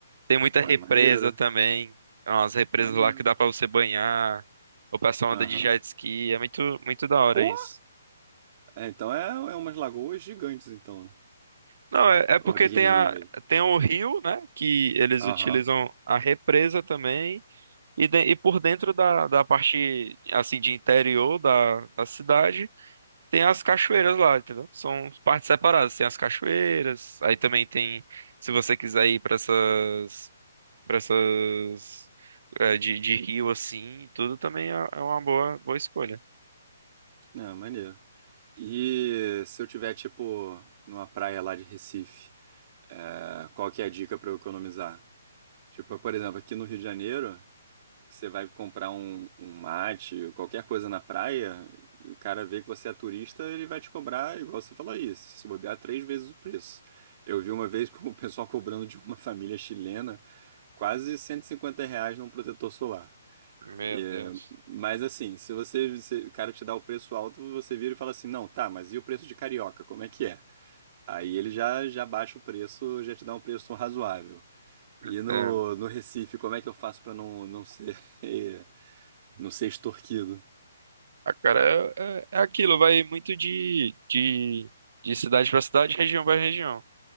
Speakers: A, on the right; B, on the right.
A: Tem muita represa
B: Ah, maneiro.
A: também. Umas represas
B: Maneiro.
A: lá que dá pra você banhar. O pessoal
B: Aham.
A: anda de jet ski. É muito, muito da hora
B: Pô!
A: isso.
B: É, então é, é umas lagoas gigantes, então, né?
A: Não, é, é porque
B: Ou é pequenininha
A: tem, a,
B: mesmo?
A: tem o rio, né? Que eles
B: Aham.
A: utilizam a represa também. E, de- e por dentro da, da parte, assim, de interior da, da cidade, tem as cachoeiras lá, entendeu? São partes separadas. Tem as cachoeiras. Aí também tem, se você quiser ir para essas. Pra essas é, de, de rio assim, e tudo também é, é uma boa, boa escolha.
B: Ah, maneiro. E se eu tiver, tipo, numa praia lá de Recife, ah, qual que é a dica pra eu economizar? Tipo, por exemplo, aqui no Rio de Janeiro, que você vai comprar um, um mate, qualquer coisa na praia, e o cara vê que você é turista, ele vai te cobrar, igual você falou aí, se bobear três vezes o preço. Eu vi uma vez <laughs> com o pessoal cobrando de uma família chilena quase 150 reais num protetor solar.
A: Meu
B: E,
A: Deus.
B: mas assim, se você, se o cara te dá o preço alto, você vira e fala assim, não, tá, mas e o preço de carioca, como é que é? Aí ele já, já baixa o preço, já te dá um preço razoável. E
A: Entendo.
B: no, no Recife, como é que eu faço pra não, não ser, <laughs> não ser extorquido?
A: Ah, cara, é, é- é aquilo, vai muito de, de, de cidade pra cidade, região pra região.